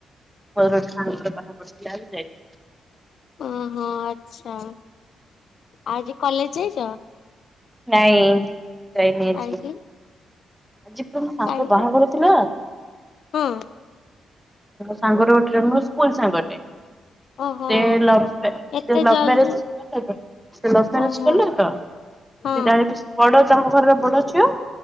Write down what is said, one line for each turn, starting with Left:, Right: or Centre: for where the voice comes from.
Centre: ମୋର ଗୋଟେ ସାଙ୍ଗର ବାହାଘର ଥିଲା ଆଜି ଯାଇଥିଲି।
Left: ଓହୋ ଆଚ୍ଛା ଆଜି କଲେଜ ଯାଇଛ?
Centre: ନାଇଁ ଯାଇନି ଆଜି।
Left: କାହିଁକି
Centre: ଆଜି ତମ ସାଙ୍ଗ
Left: କାହିଁକି
Centre: ବାହାଘର ଥିଲା?
Left: ହଁ
Centre: ସାଙ୍ଗର ଗୋଟେ ରେ ମୁ ସ୍କୁଲ ସାଙ୍ଗଟେ ସେ
Left: ଓହୋ
Centre: ଲଭ୍ ମ
Left: ଏତେ
Centre: ଲଭ୍
Left: ଜଲଦି
Centre: ମ୍ୟାରେଜ ସେ ଲଭ୍ ମ୍ୟାରେଜ
Left: ଓହୋ
Centre: କରିଲା ତ।
Left: ହଁ
Centre: ସେ ଡାଇରେକ୍ଟ ବଡ ଘରର ବଡ ଝିଅ,